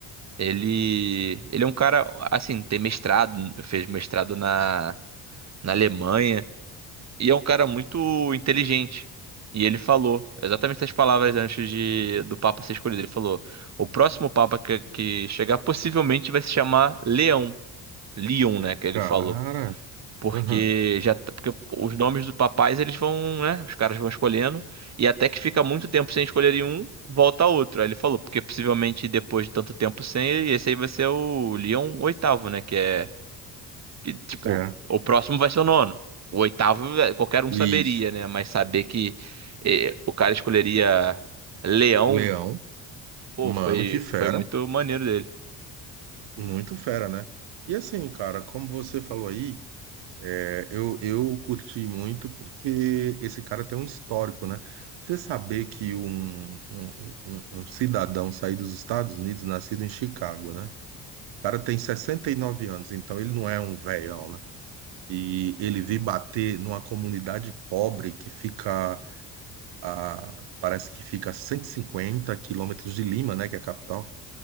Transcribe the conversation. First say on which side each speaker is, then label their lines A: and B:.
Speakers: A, on the right; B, on the right.
A: Ele, ele é um cara, assim, tem mestrado, fez mestrado na, na Alemanha. E é um cara muito inteligente. E ele falou exatamente essas palavras antes de, do Papa ser escolhido. Ele falou: o próximo Papa que, que chegar possivelmente vai se chamar Leão. Leon, né? Que ele
B: Cara,
A: falou. Porque
B: aham,
A: já tá- porque os nomes dos papais eles vão, né? Os caras vão escolhendo. E até que fica muito tempo sem escolherem um, volta outro. Aí ele falou: porque possivelmente depois de tanto tempo sem, esse aí vai ser o Leão oitavo, né? Que é que, tipo,
B: é.
A: o próximo vai ser o nono. O oitavo, eh, qualquer um
B: Isso.
A: saberia, né? Mas saber que eh, o cara escolheria leão,
B: Leão,
A: pô,
B: mano,
A: foi,
B: que fera.
A: foi muito maneiro dele.
B: Muito fera, né? E assim, cara, como você falou aí, é, eu, eu curti muito porque esse cara tem um histórico, né? Você saber que um, um, um- um um cidadão sair dos Estados Unidos, nascido em Chicago, né? O cara tem 69 anos, então ele não é um velhão, né? E ele vir bater numa comunidade pobre que fica a, parece que fica a 150 quilômetros de Lima, né? Que é a capital.